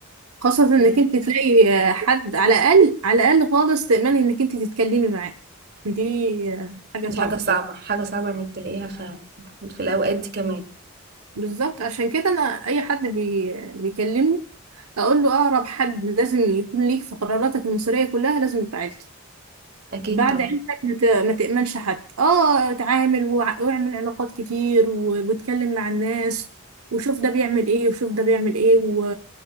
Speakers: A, on the right; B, on the right.
A: خاصة
B: فعلا.
A: انك انت تلاقي آه، حد على الاقل على الاقل خالص تأمني انك انت تتكلمي معاه دي آه، حاجة صعبة
B: دي حاجة صعبة
A: بجد
B: حاجة صعبة إنك تلاقيها فعلا في الأوقات دي كمان
A: بالظبط عشان كده انا اي حد بي... بيكلمني اقول له اقرب حد لازم يكون ليك في قراراتك المصيرية كلها لازم يبقى عيلتك
B: أكيد
A: بعد
B: طبعا
A: عيلتك ما ت- ما تأمنش حد اه اتعامل وع- واعمل علاقات كتير و- واتكلم مع الناس وشوف ده بيعمل ايه وشوف ده بيعمل ايه و...